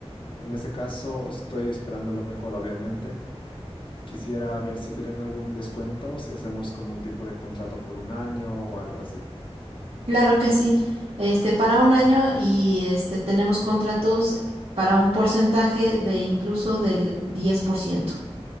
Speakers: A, on the left; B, on the right.
A: en ese caso estoy esperando lo mejor, obviamente, quisiera ver si tienen algún descuento, si hacemos como un tipo de contrato por un año o algo así.
B: Claro que sí, este, para un año y este, tenemos contratos para un porcentaje de incluso del 10%